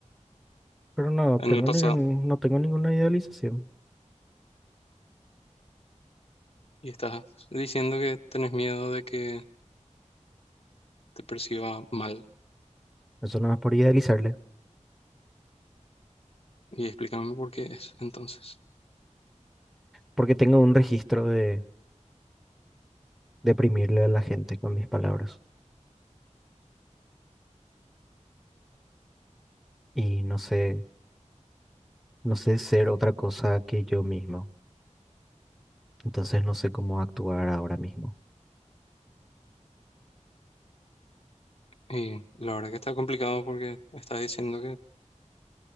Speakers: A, in the centre; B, on the left (about 50°).
A: Pero no
B: En
A: tengo
B: el pasado,
A: ningún, no tengo ninguna idealización.
B: y estás diciendo que tenés miedo de que te perciba mal.
A: Eso no es por idealizarle,
B: Y explícame por qué es entonces.
A: porque tengo un registro de deprimirle a la gente con mis palabras. Y no sé, no sé ser otra cosa que yo mismo. Entonces no sé cómo actuar ahora mismo.
B: Y la verdad que está complicado porque estás diciendo que